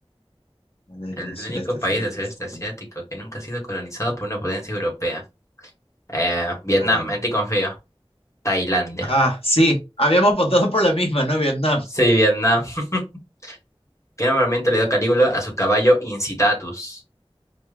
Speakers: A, on the left (about 70°); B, on the left (about 30°).
A: Vale,
B: El
A: en un sureste
B: único país
A: asiático
B: del sureste
A: que se-
B: asiático que nunca ha sido colonizado por una potencia europea. Eh, Vietnam,
A: eh,
B: en ti confío. Tailandia.
A: Ah, sí, habíamos votado por la misma, ¿no? Vietnam.
B: Sí, Vietnam. <laughs> ¿Qué nombramiento le dio Calígula a su caballo Incitatus?